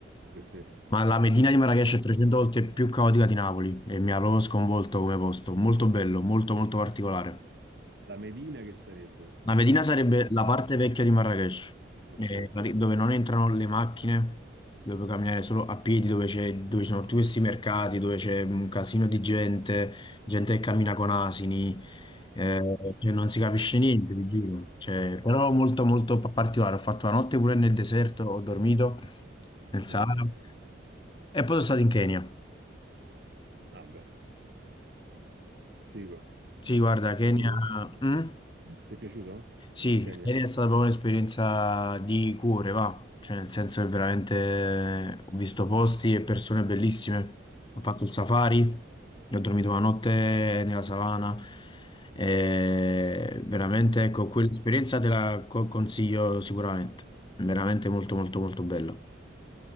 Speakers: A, on the right; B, on the left.
A: Sì, sì.
B: Ma la Medina di Marrakesh è 300 volte più caotica di Napoli e mi ha proprio sconvolto come posto. Molto bello, molto molto particolare.
A: La Medina che sarebbe?
B: La Medina sarebbe la parte vecchia di Marrakesh,
A: Ok.
B: eh, la- dove non entrano le macchine, dove puoi camminare solo a piedi, dove c'è- dove ci sono tutti questi mercati, dove c'è un casino di gente, gente che cammina con asini, eh, cioè non si capisce niente di giro. Cioè, però molto molto pa- particolare. Ho fatto la notte pure nel deserto, ho dormito nel Sahara
A: Ah,
B: e poi sono stato in Kenya.
A: ah, beh, figo.
B: Sì, guarda, Kenya.
A: Piaciuto?
B: mm?
A: Ti è piaciuto
B: Sì,
A: il Kenya?
B: ieri è stata proprio un'esperienza di cuore, va, cioè nel senso che veramente ho visto posti e persone bellissime, ho fatto il safari, ho dormito la notte nella savana, e veramente ecco, quell'esperienza te la co- consiglio sicuramente, veramente molto molto molto bella.